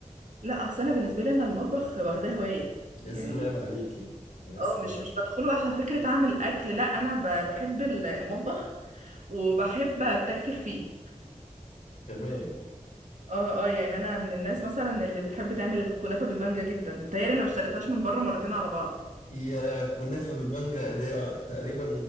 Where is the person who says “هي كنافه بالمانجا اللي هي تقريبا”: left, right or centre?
Left